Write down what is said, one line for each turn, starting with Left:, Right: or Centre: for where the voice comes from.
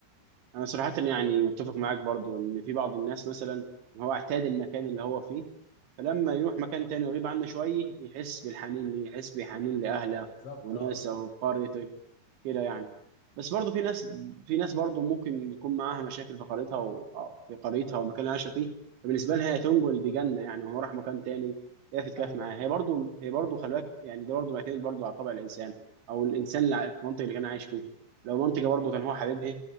Right: انا صراحه يعني متفق معاك برضو ان في بعض الناس مثلا هو اعتاد المكان اللي هو فيه فلما يروح مكان تاني ويغيب عنه شويه يحس بالحنين ليه يحس بحنين لاهله
Left: بالظبط
Right: وناسه
Left: اه
Right: وقريته كده يعني بس برضه في ناس في ناس برضه ممكن يكون معاها مشاكل في قريتها و- أو في قريتها والمكان اللي عايشه فيه فبالنسبه لها هي تنجل دي جنه يعني وهو راح مكان تاني هي تتكيف
Left: ايوه
Right: معاها هي برضه هي برضه خلي بالك يعني ده برضه معتمد برضه على طبع الانسان او الانسان اللي ع- في المنطقه اللي كان عايش فيه لو منطقه برضه كان هو حبيبها